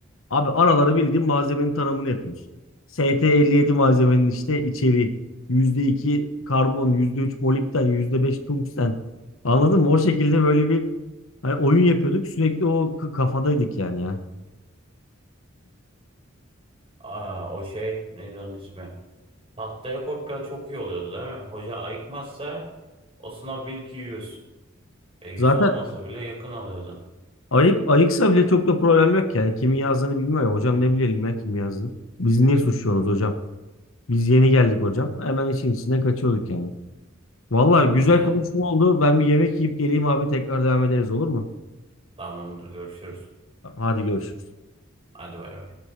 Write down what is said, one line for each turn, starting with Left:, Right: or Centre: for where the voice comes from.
Left: Abi aralara bildiğin malzemenin tanımını yapıyorsun. ST57 malzemenin işte içeriği. %2 karbon, %3 molibden, %5 tungsten. Anladın mı? O şekilde böyle bir hani oyun yapıyorduk. Sürekli o k- kafadaydık yani ya.
Right: Aa, o şey neydi onun ismi? Tahtaya kopya çok iyi oluyordu değil mi? Hoca ayıkmazsa o sınav bil ki 100. E, yüz
Left: Zaten
Right: olmasa bile yakın alıyordun.
Left: ayık ayıksa bile çok da problem yok yani. Kimin yazdığını bilmiyor ya. Hocam ne bilelim ya kim yazdı. Biz niye suçluyoruz hocam? Biz yeni geldik hocam. Hemen işin içine kaçıyorduk yani. Vallahi güzel
Right: Aynen.
Left: konuşma oldu. Ben bir yemek yiyip geleyim abi. Tekrar devam ederiz olur mu?
Right: Tamamdır görüşürüz.
Left: Hadi görüşürüz.
Right: Hadi bay bay.